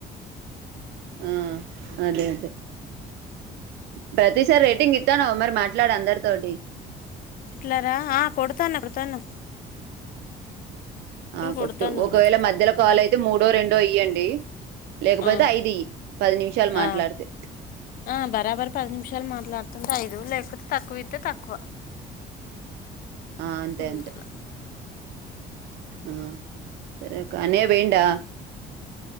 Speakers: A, on the right; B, on the left.
A: ఆ, అదే అదే ప్రతిసారి రేటింగ్ ఇత్తన్నవ్ మరి మాట్లాడు అందరితోటి
B: ఇట్లారా ఆ కొడతాన్న కొడతాన్న
A: ఆ కొట్టు
B: కొడతానులే
A: ఒకవేళ మధ్యలో కాల్ అయితే మూడో రెండో ఇయ్యండి లేకపోతే
B: ఆ
A: ఐదీ పది నిమిషాలు మాట్లాడితే
B: ఆ ఆ బరాబర్ పది నిమిషాలు మాట్లాడుతుంటే ఐదు లేకపోతే తక్కువ ఇతే తక్కువ
A: ఆ అంతే
B: ఉమ్
A: అంతే
B: ట్లా
A: ఆ సరే అక్క అన్నయ్య పోయిండా